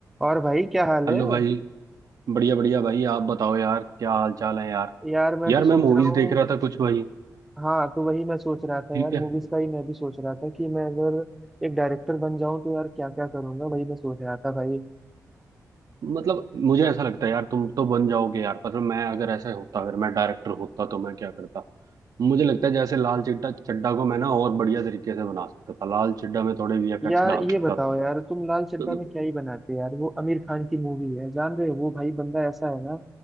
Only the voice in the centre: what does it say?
और भाई क्या हाल
है
यार मैं
तो सोच
रहा
हूँ
हाँ तो वही मैं सोच रहा था
यार
मूवीज का ही मैं भी सोच रहा था कि मैं अगर एक डायरेक्टर बन जाऊं तो यार क्या क्या करूंगा वही मैं सोच रहा था भाई
यार
ये
बताओ
यार तुम लाल चड्ढा
में क्या ही बनाते यार वो आमिर खान की मूवी है जान रहे हो वो भाई बंदा ऐसा है ना